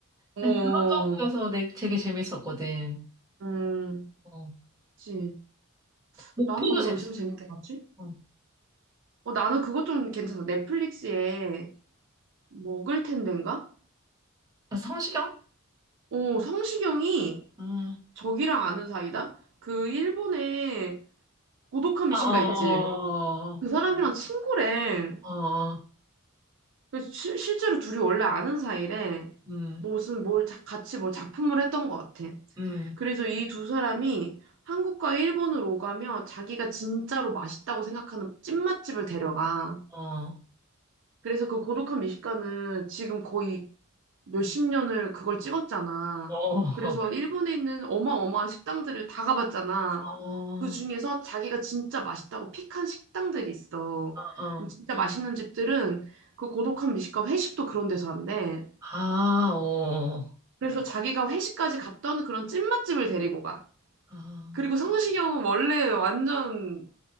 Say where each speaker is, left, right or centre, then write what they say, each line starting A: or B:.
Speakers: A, on the right; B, on the right.
A: 어,
B: 그냥 그런 정도여서 내, 되게 재밌었거든.
A: 음,
B: 어.
A: 그치.
B: 목포도
A: 나는 뭐
B: 재밌었어.
A: 요즘 재밌게 봤지?
B: 어.
A: 어, 나는 그것 좀 괜찮아. 넷플릭스에 먹을 텐데인가?
B: 아, 성시경?
A: 어, 성시경이
B: 아,
A: 저기랑 아는 사이다? 그 일본의 고독한 미식가
B: 아, 어,
A: 있지? 그 사람이랑 친구래.
B: 어, 어,
A: 그래서 실- 실제로 둘이 원래 아는 사이래.
B: 음,
A: 뭐 무슨 뭘 자- 같이 뭘 작품을 했던 것 같아.
B: 음,
A: 그래서 이 두 사람이 한국과 일본을 오가며 자기가 진짜로 맛있다고 생각하는 찐맛집을 데려가.
B: 어,
A: 그래서 그 고독한 미식가는 지금 거의 몇십 년을 그걸 찍었잖아.
B: 어, 어, <laughs>
A: 그래서 일본에 있는 어마어마한 식당들을 다 가봤잖아.
B: 어,
A: 그 중에서 자기가 진짜 맛있다고 픽한 식당들이 있어.
B: 어,
A: 그럼 진짜 맛있는 집들은 그 고독한 미식가 회식도 그런 데서 한대.
B: 아, 어,
A: 그래서 자기가 회식까지 갔던 그런 찐맛집을 데리고 가.
B: 아,
A: 그리고 성시경은 원래 완전